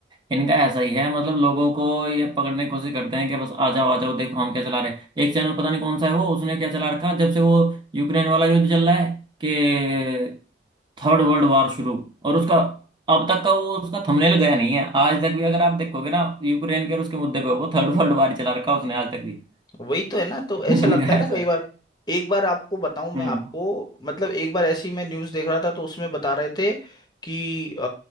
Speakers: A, on the right; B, on the left.
A: इनका ऐसा ही है मतलब लोगों को ये पकड़ने की कोशिश करते हैं कि बस आ जाओ आ जाओ देखो हम क्या चला रहे हैं एक चैनल पता नहीं कौन सा है वो उसने क्या चला रखा जब से वो यूक्रेन वाला युद्ध चल रहा है कि थर्ड वर्ल्ड वॉर शुरू और उसका अब तक का वो उसका थंबनेल गया नहीं है आज तक भी अगर आप देखोगे ना यूक्रेन के और उसके मुद्दे पे वो थर्ड वर्ल्ड वॉर चला रखा है उसने आज तक भी
B: वही तो है ना तो
A: <laughs>
B: ऐसा
A: इनका
B: लगता है
A: ऐसा
B: ना कई
A: है
B: बार एक बार आपको बताऊं मैं
A: हम्म
B: आपको मतलब एक बार ऐसी मैं न्यूज़ देख रहा था तो उसमें बता रहे थे कि अ,